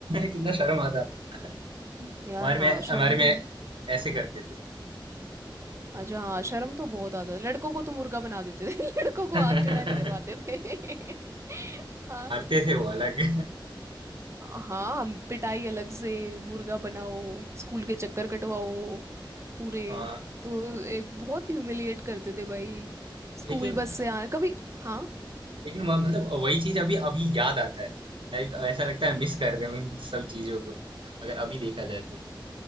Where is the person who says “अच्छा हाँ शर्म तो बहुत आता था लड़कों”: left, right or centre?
Right